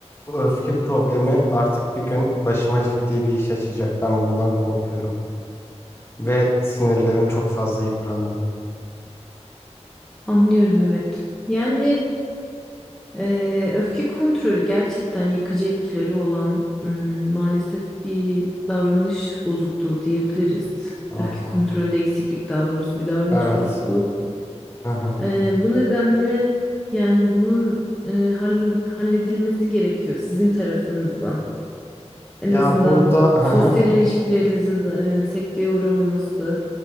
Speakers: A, on the left; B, in the centre.
A: Bu öfke problemi artık bir gün başıma ciddi bir iş açacak. Ben bundan korkuyorum. Ve sinirlerim çok fazla yıprandı.
B: Anlıyorum evet. Yani eee, öfke kontrolü gerçekten yıkıcı etkileri olan hmm, maalesef bir davranış bozukluğu diyebiliriz.
A: Aha.
B: Öfke kontrolünde eksiklik daha doğrusu bir davranış
A: Evet.
B: bozukluğu.
A: Aha.
B: Eee, bu nedenle yani bunun eee, hallo- halledilmesi gerekiyor sizin tarafınızdan. En
A: Ya
B: azından
A: burada aha.
B: sosyal ilişkilerinizin e, sekteye uğramaması